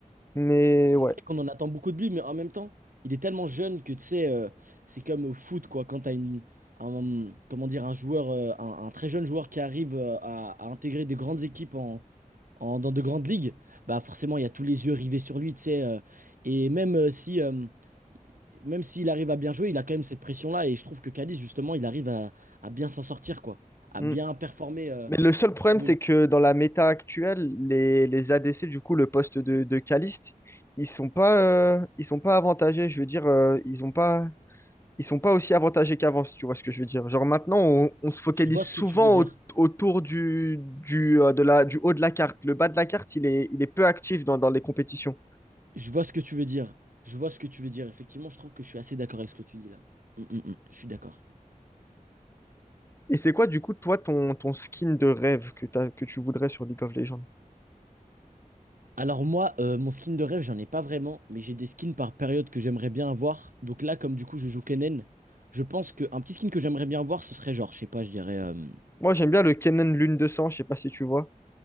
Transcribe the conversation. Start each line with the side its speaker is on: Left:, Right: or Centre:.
Left: mais
Right: c'est
Left: ouais.
Right: vrai qu'on en attend beaucoup de lui, mais en même temps, il est tellement jeune que tu sais, euh, c'est comme au foot, quoi, quand t'as une, un, comment dire, un joueur, euh, un, un très jeune joueur qui arrive euh, à, à intégrer des grandes équipes en en- dans de grandes ligues, bah forcément il y a tous les yeux rivés sur lui, tu sais. euh, et même euh, si euh, même s'il arrive à bien jouer, il a quand même cette pression-là. Et je trouve que Calis, justement, il arrive à, à bien s'en sortir, quoi. À
Left: Mm.
Right: bien performer euh,
Left: Mais le seul problème,
Right: pour
Left: c'est
Right: une.
Left: que dans la méta actuelle, les, les ADC, du coup, le poste de, de Caliste, ils sont pas, euh, ils sont pas avantagés. Je veux dire, euh, ils ont pas, ils sont pas aussi avantagés qu'avant, si tu vois ce que je veux dire. Genre maintenant, on, on se focalise
Right: Je vois ce
Left: souvent
Right: que tu veux dire.
Left: au- autour du, du, euh, de la, du haut de la carte. Le bas de la carte, il est, il est peu actif dans, dans les compétitions.
Right: Je vois ce que tu veux dire. Je vois ce que tu veux dire. Effectivement, je trouve que je suis assez d'accord avec ce que tu dis là. Mm, mm, mm. Je suis d'accord.
Left: Et c'est quoi, du coup, toi, ton, ton skin de rêve que t'as, que tu voudrais sur League of Legends?
Right: Alors moi, euh, mon skin de rêve, j'en ai pas vraiment, mais j'ai des skins par période que j'aimerais bien avoir. Donc là, comme du coup je joue Kennen, je pense qu'un petit skin que j'aimerais bien avoir, ce serait genre, je sais pas, je dirais, euh,
Left: Moi, j'aime bien le Kennen Lune de Sang, je sais pas si tu vois.